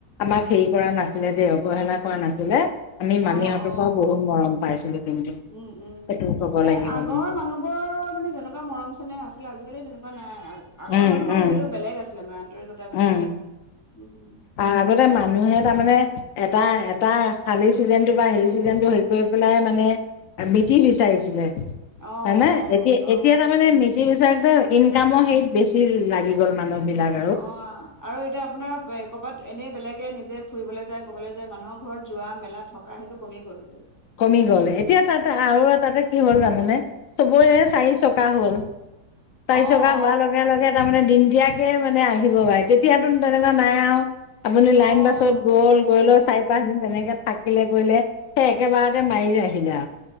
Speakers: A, on the left (about 65°); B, on the left (about 20°).
A: আমাক হেৰি কৰা নাছিলে দে অৱহেলা কৰা নাছিলে। আমি মামীহঁতৰ
B: অ অ
A: পৰাও বহুত মৰম পাইছিলো কিন্তু
B: উম উম
A: সেইটো ক'ব
B: এ
A: লাগিব
B: আগৰ
A: মানে
B: মানুহ। ৰ মানে যেনেকুৱা মৰম চেনেহ আছিলে আজিকালি তেনেকুৱা নাই আগৰ
A: উম
B: মানুহৰ
A: উম
B: হেৰিটো বেলেগ আছিলে মানে। <unintelligible>
A: উম।
B: উম
A: আৰু আগতে মানুহে তাৰমানে এটা এটা শালি চিজনটো বা হেৰি চিজনটো। গৈ পেলাই মানে মিতিৰ বিচাৰিছিলে
B: অ
A: হয় নে
B: অ
A: এতিয়া
B: অ
A: এতিয়া তাৰমানে মি। সেই হিচাপে ইনকামৰ হেৰিত বেছি লাগি গ'ল মানুহবিলাক।
B: অ আৰু এতিয়া আপোনাৰ বে। ক'ৰবাত এনে বেলেগে নিজে ফুৰিবলৈ যায় ক'বলৈ যায় মানুহৰ ঘৰত যোৱা মেলা থকা সেইটো কমি গ'ল এ।
A: কমি গ'ল এতিয়া তাতে আৰু তাতে কি হ'ল জানানে চবৰে চাৰি চকা হ'ল।
B: অ
A: চাৰি চকা
B: অ
A: হোৱাৰ লগে লগে তাৰমানে দিন দিয়াকে মানে আহিব বাৰে তেতিয়াতো তেনেকোৱা নাই আও। আপুনি লাইন
B: অ
A: বাছত গ'ল
B: তেতিয়া
A: গৈ
B: অ
A: লৈ চাই। <unintelligible> তেনেকে থাকিলে কৰিলে সেই একেবাৰতে মাৰিলে আহিলে আও।